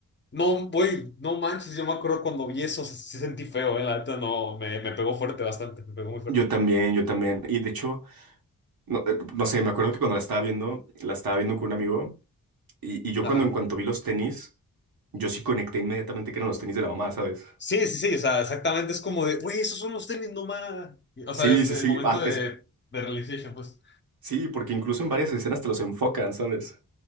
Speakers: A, on the left (about 30°); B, on the right (about 85°).
A: No, güey, no manches, yo me acuerdo cuando vi eso, se, se sentí feo, eh, la neta, no, me, me pegó fuerte bastante, me pegó muy fuerte.
B: yo también, yo también. Y de hecho, no, eh, no sé, me acuerdo que cuando la estaba viendo, la estaba viendo con un amigo. Y, y yo
A: Ajá.
B: cuando en cuanto vi los tenis, yo sí conecté inmediatamente que eran los tenis de la mamá, ¿sabes?
A: Sí, sí, sí, o sea, exactamente, es como de, güey, esos son los tenis, no más. O
B: Sí,
A: sea, es
B: sí,
A: el
B: sí.
A: momento
B: ah,
A: de,
B: es,
A: de realization, pues.
B: sí, porque incluso en varias escenas te los enfocan, ¿sabes?